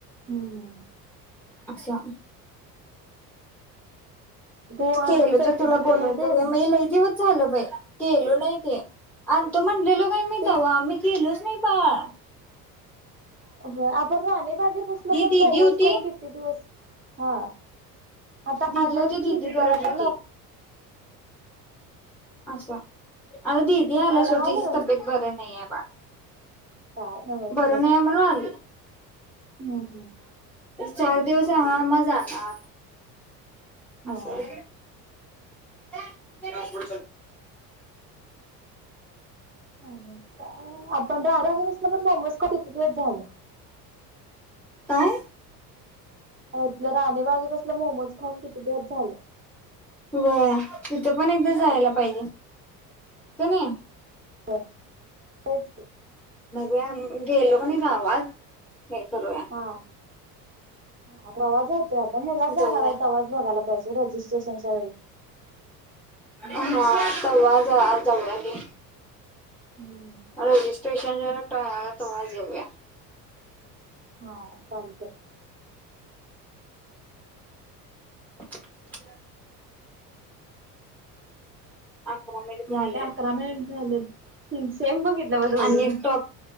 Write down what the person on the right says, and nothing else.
हम्म.
तू आणून
देतो
देतो
म्हणलीस
तीन
हो आपण राहणे बागे पुसल पण
मोमोज
खाऊन किती दिवस हा आता
आल्या
किती
कार
आला
आला
हाय
नव्हं
काय नव्हंच
बाई
हम्म हम्म.
हा
अ काय आपण रागे बसलं पण <unintelligible> झालं.
तलं राणेबागेपसलं मोमोज खाऊन किती दिवस झालं.
हो तेच की.
हा आता आवाज होतोय आपण हे्याला जाणार
आहेत आवाज बघायला पाहिजे रजिस्ट्रेशनच्या वेळी
हम्म
हा चालतंय.
आणि
का अकरामे झाले सेम बघितलं बगच